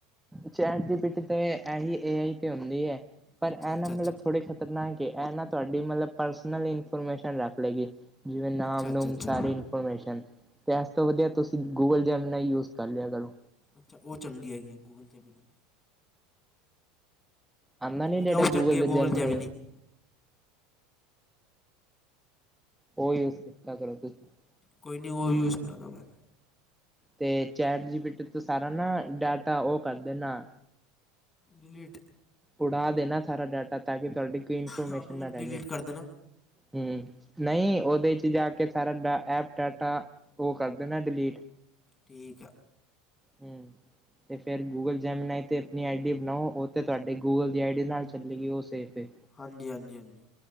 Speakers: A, in the centre; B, on the left (about 20°).
A: ਚੈਟ ਜੀ ਪੀ ਟੀ ਤੇ ਐਹੀ ਏ ਆਈ ਤੇ ਹੁੰਦੀ ਐ ਪਰ
B: ਅੱਛਾ ਅੱਛਾ
A: ਐ ਨਾ ਮਤਲਬ
B: ਅੱਛਾ
A: ਥੋੜ੍ਹੀ ਨਾ ਕਿ ਐ ਨਾ ਤੁਹਾਡੀ ਮਤਲਬ ਪਰਸਨਲ ਇਨਫੋਰਮੇਸ਼ਨ ਰੱਖ ਲੇਗੀ। ਜਿਵੇਂ ਨਾਮ
B: ਅੱਛਾ ਅੱਛਾ
A: ਨੂਮ
B: ਅੱਛਾ
A: ਸਾਰੀ ਪੋਮੇਰਮ <unintelligible> ਤੇ ਇਸ ਤੋਂ ਵਧੀਆ ਤੁਸੀਂ ਗੂਗਲ ਜੈਮ ਨਾਲ ਯੂਜ ਕਰ ਲਿਆ ਕਰੋ
B: ਅੱਛਾ ਉਹ ਚੰਗੀ ਹੈਗੀ ਹੈ। ਗੂਗਲ 'ਤੇ ਵੀ ਨਹੀਂ
A: ਆਉਂਦਾ ਨੀ
B: ਮੈਂ
A: ਜਿਹੜਾ
B: ਕਿਹਾ ਉਹ ਚੰਗੀ ਆ
A: ਦਾ ਜੈਮਨਾਈ
B: ਗੂਗਲ ਜਾਵੇ ਨਹੀਂ <unintelligible>
A: ਉਹ ਯੂਜ ਕੀਤਾ ਕਰੋ ਤੁਸੀਂ <unintelligible>
B: ਕੋਈ ਨਹੀਂ ਉਹ ਯੂਜ਼ ਕਰਾਂਗਾ ਮੈਂ
A: ਤੇ ਚੈਟਜੀਪੀਟੀ ਤੋਂ ਸਾਰਾ ਨਾ ਡਾਟਾ ਉਹ ਕਰ ਦੇਣਾ
B: ਡਿਲੀਟ
A: ਉੜ੍ਹਾ ਦੇਣਾ ਸਾਰਾ ਡਾਟਾ ਤਾਂ ਕਿ ਤੁਹਾਡੀ ਕੋਈ ਇਨਫੋਰਮੇਸ਼ਨ
B: ਹਾਂ ਮਤਲਬ
A: ਨਾ ਰਹਿ
B: ਡਿਲੀਟ
A: ਜਾਏ।
B: ਕਰ ਦੇਣਾ
A: ਹਮ, ਨਹੀਂ ਉਹਦੇ ਚ ਜਾ ਕੇ ਸਾਰਾ ਐਪ ਡਾਟਾ ਉਹ ਕਰਦੇਣਾ ਡਿਲੀਟ
B: ਠੀਕ ਆ
A: ਹਮ ਤੇ ਫਿਰ ਗੂਗਲ ਜੈਮਨਾਈਤੇ ਆਪਣੀ ਆਈ ਡੀ ਬਣਾਓ ਉਹ ਤਾਂ ਤੁਹਾਡੇ ਗੂਗਲ ਦੀ ਆਈ ਡੀ ਨਾਲ ਚੱਲੇਗੀ ਉਹ ਸੇਫ ਏ
B: ਹਾਂਜੀ -ਹਾਂਜੀ- ਹਾਂਜੀ।